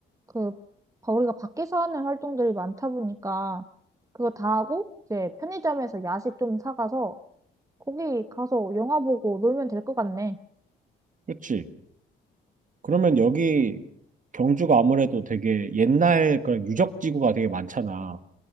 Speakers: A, on the right; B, on the right.
A: 그, 바- 우리가 밖에서 하는 활동들이 많다 보니까, 그거 다 하고, 이제 편의점에서 야식 좀 사가서 거기 가서 영화 보고 놀면 될 것 같네.
B: 그렇지. 그러면 여기 경주가 아무래도 되게 옛날 그런 유적지구가 되게 많잖아.